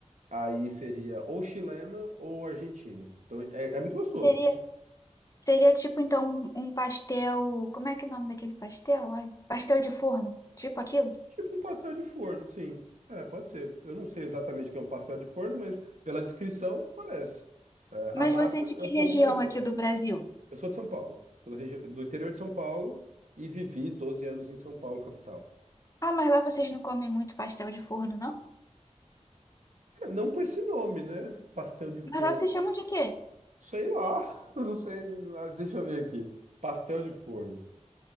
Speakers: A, on the right; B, on the left.
A: aí seria ou chilena ou argentina. Então é, é muito gostoso,
B: Seria,
A: tá?
B: seria tipo, então, um um pastel. Como é que é o nome daquele pastel? Ai, pastel de forno. Tipo aquilo.
A: Tipo um pastel de forno, sim. É, pode ser. Eu não sei exatamente o que é um pastel de forno, mas pela descrição parece. É,
B: Mas
A: a massa
B: você é de
A: é
B: que
A: um
B: região
A: pouco mais grossa.
B: aqui do Brasil?
A: Eu sou de São Paulo, sou da região, do interior de São Paulo e vivi 12 anos em São Paulo, capital.
B: Ah, mas lá vocês não comem muito pastel de forno, não?
A: Não com esse nome, né? Pastel de forno.
B: Mas lá vocês chamam de quê?
A: Sei lá, <laughs> eu não sei. ah, Deixa eu ver aqui. Pastel de forno.